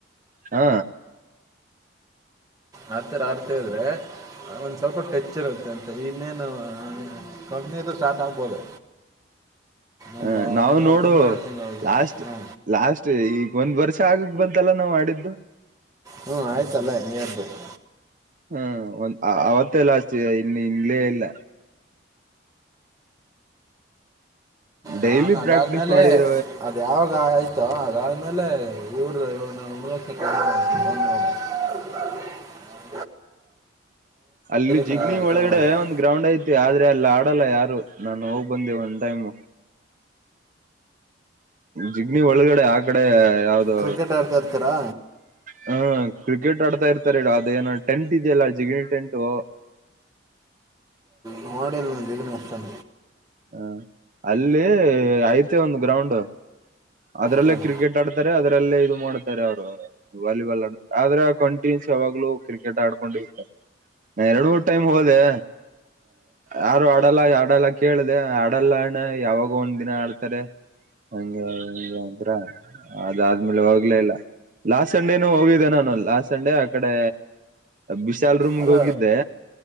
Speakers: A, on the right; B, on the right.
A: ಹಾ
B: ಆಡ್ತೀರಾ <unintelligible> ಒಂದ್ ಸ್ವಲ್ಪ ಟೆಚ್ ಇರುತ್ತೆ ಅಂತ ಈ ಇನ್ನೇನು ಕಂಪ್ನಿಯಿದು ಸ್ಟಾರ್ಟ್ ಆಗ್ಬೋದು ಒಂದು
A: ಹಾ ನಾವು
B: ಒಂದು ಆರು
A: ನೋಡು
B: ತಿಂಗಳು ಎರಡು ತಿಂಗಳು
A: ಲಾಸ್ಟ್
B: ಹ್ಞೂ
A: ಲಾಸ್ಟ್ ಈಗ ಒಂದ್ ವರ್ಷ ಆಗಕ್ ಬಂತ್ ಇದೆಲ್ಲ ನಾವು ಆಡಿದ್ದು
B: ಹ್ಮ್, ಆಯ್ತಲ್ಲ ನೀರ್ಬೇಕು.
A: ಹ್ಮ, ಒಂದ ಅವತ್ತೆಲ್ಲ ಅಷ್ಟ ಇನ್ನು ಇಂಗಲೇ ಇಲ್ಲ. ಡೈಲಿ
B: ನಾನು ಅದಾದ್ಮೇಲೆ,
A: ಪ್ರಾಕ್ಟೀಸ್ ಮಾಡಿದ್ರ
B: ಅದು ಯಾವಾಗ ಆಯ್ತೋ ಅದಾದ್ಮೇಲೆ ಊರು ಇವನ- ಕ <unintelligible> <inaudible>
A: ಅಲ್ಲಿ ಜಿಗ್ಣಿ
B: ಕರ್ಕೊಂಡು
A: ಒಳಗಡೆ
B: ಹೋಗ್ತೀನಿ
A: ಒಂದ್ ಗ್ರೌಂಡ್ ಯ್ತು., - ಆದ್ರೆ ಅಲ್ಲ ಆಡಲ್ಲ ಯಾರು ನಾನು ಹೋಗ್ ಬಂದೆ ಒಂದ್ ಟೈಮು. - ಜಿಗ್ನಿ ಒಳಗಡೆ ಆ ಕಡೆ, - ಯಾವ್ದೋ..
B: ಕ್ರಿಕೆಟ್ ಆಡ್ತಾ ಇರ್ತೀರಾ
A: ಹಾ,, ಕ್ರಿಕೆಟ್ ಆಡ್ತಾ ಇರ್ತಾರೆ ಈಗ ಅದೇಏನ ಟೆಂಟ್ ಇದೆಯಲ್ಲ ಜಿಗಿಣಿ ಟೆಂಟು.
B: ನೋಡೆಲ್ ದಲನ ಇಸ್ <unintelligible>
A: ಹ, ಅಲ್ಲಿ ಐತೆ ಒಂದು ಗ್ರೌಂಡ್. - ಅದ್ರಲ್ಲೇ
B: ಹಾಂ
A: ಕ್ರಿಕೆಟ್ ಆಡ್ತಾರೆ ಅದರಲ್ಲೇ ಇದು. - ಮಾಡ್ತಾರೆ ಅವ್ರು ವಾಲಿಬಾಲ್ ಆ ಆದ್ರ ಕಂಟಿನ್ಯಸ್ ಯಾವಾಗ್ಲೂ ಕ್ರಿಕೆಟ್ ಆಡ್ಕೊಂಡು ಇರ್ತಾರೆ. ಎರಡು ಮೂರ್ ಟೈಮ್ ಹೋದೆ ಯಾರು ಆಡಲ್ಲ -ಆಡಲ್ಲ ಕೇಳ್ದ ಆಡಲ್ಲಣ್ಣ ಯಾವಾಗ ಒಂದ್ ದಿನ ಆಡ್ತಾರೆ. ಹಂಗ- ಹ ಅದಾದ್ಮೇಲೆ ಹೋಗ್ಲೇ ಇಲ್ಲ ಲಾಸ್ಟ್ ಸಂಡೇನೂ ಹೋಗಿದ್ದೆ. ನಾನು ಅ ಲಾಸ್ಟ್ ಸಂಡೆ ಆ ಕಡೆ ವಿಶಾಲ್ ರೂಮ್ಗೆ
B: ಅಲ್ಲ
A: ಹೋಗಿದ್ದೆ.